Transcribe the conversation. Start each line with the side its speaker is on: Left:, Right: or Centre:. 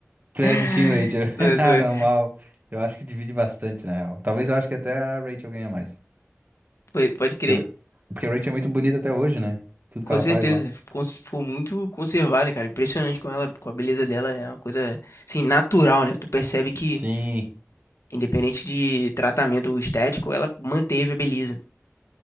Right: Tu
Left: <laughs>
Right: é do Team Rachel. <laughs>
Left: Sou-
Right: Ah,
Left: sou-
Right: normal. Eu acho que divide bastante, na real. Talvez eu acho que até a Rachel ganha mais.
Left: po- Pode crer.
Right: Porque, a Ra- porque a Rachel é muito bonita até hoje, né? Tudo
Left: Com
Right: que ela
Left: certeza.
Right: faz lá.
Left: Ficou ficou muito conservada, cara. Impressionante com ela, com a beleza dela. É uma coisa, assim, natural, né? Tu percebe que,
Right: Sim,
Left: independente de tratamento estético, ela manteve a beleza.